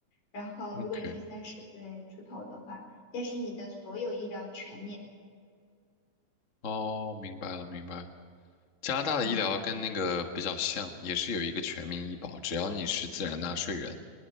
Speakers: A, on the left (about 75°); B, on the left (about 40°).
A: 然后如果你是三十岁出头的话，
B: ，OK，
A: 但是你的所有医疗全免。
B: 哦，明白了，明白了。加拿大的医疗跟那个比较像，
A: 嗯
B: 也是有一个全民医保，只要你是自然纳税人，